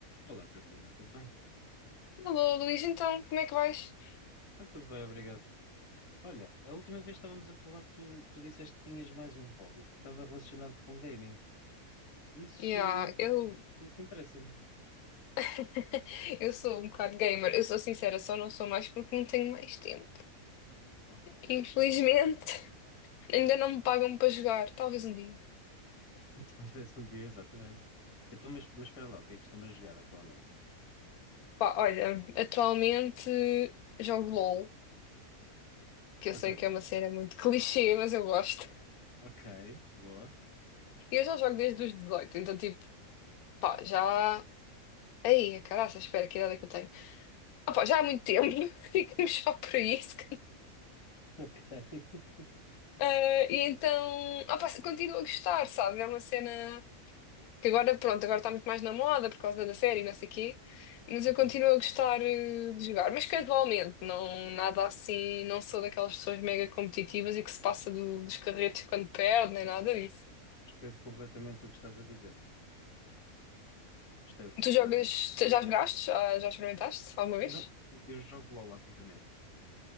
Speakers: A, on the left (about 25°); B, on the left (about 80°).
A: Olá, Carolina, tudo bem?
B: Alô, Luís, então, como é que vais?
A: Está tudo bem, obrigado. Olha, a última vez que estávamos a falar, tu, tu disseste que tinhas mais um hobby que estava relacionado com gaming. Isso,
B: Yeah,
A: in-
B: eu...
A: isso interessa-me.
B: <laughs> eu sou um bocado gamer, eu sou sincera, só não sou mais porque não tenho mais tempo.
A: Ok.
B: Infelizmente, <laughs> ainda não me pagam para jogar, talvez um dia.
A: <laughs> Talvez um dia, exatamente. Então, mas, mas espera lá, o que é que estão a jogar atualmente?
B: Pá, olha, atualmente jogo LOL, que eu
A: A
B: sei
A: sério?
B: que é uma cena muito <laughs> clichê, mas eu gosto.
A: Ok, boa.
B: E eu já jogo desde os 18, então tipo, pá, já... aí, caraca, espera, que idade é que eu tenho? Ah, pá, já há muito tempo, <laughs> ficamos só por isso.
A: Ok. <laughs>
B: Ah, e então, opa, continuo a gostar, sabe É uma cena que agora, pronto, agora está muito mais na moda por causa da série, e não sei o quê, mas
A: Uhum,
B: eu continuo a gostar, eh, de jogar, mas casualmente, não, nada assim, não sou daquelas pessoas mega competitivas e que se passa do- dos carretos quando perde, nem nada disso.
A: Percebo completamente o que estás a dizer. Percebo
B: Tu jogas,
A: mesmo.
B: tu já jogaste? Já, já experimentaste alguma
A: Não,
B: vez?
A: eu eu jogo LOL ativamente.